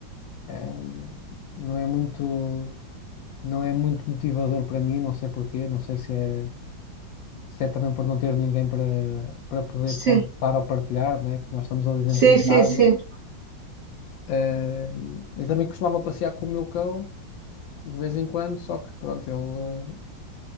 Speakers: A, on the left (about 80°); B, on the right (about 50°).
A: É, um, não é muito, não é muito motivador para mim, não sei porquê, não sei se é se é também por não ter ninguém para para poder
B: sim,
A: contar ou partilhar, né? Que nós estamos ali dentro
B: sim,
A: da
B: sim,
A: água
B: sim.
A: Ah, e também costumava passear com o meu cão de vez em quando, só que pronto, ele, eh,